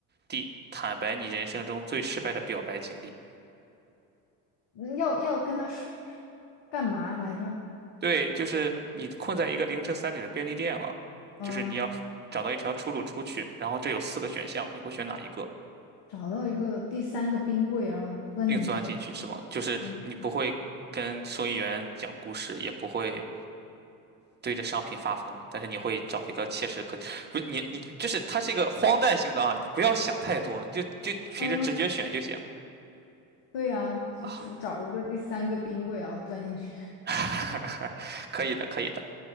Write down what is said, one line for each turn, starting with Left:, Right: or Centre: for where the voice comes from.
Right: D. 坦白你人生中最失败的表白经历。
Left: 那要要跟他说干嘛来着？
Right: 对，就是你困在一个凌晨三点的便利店了，
Left: 嗯、
Right: 就是你要找到一条出路出去。然后这有四个选项，你会选哪一个？
Left: 找到一个第三个冰柜，然后钻进去。
Right: 并钻进去是吗？就是你不会跟收银员讲故事，
Left: 嗯
Right: 也不会对着商品发疯，但是你会找一个切实可，不是你你，就是它是一个荒诞性的啊，你不要想太多，你就就凭着直觉选就行
Left: 嗯，对呀，就就找一个第三个冰柜，
Right: 啊。
Left: 然后钻进去。
Right: <laughs> 可以的，可以的。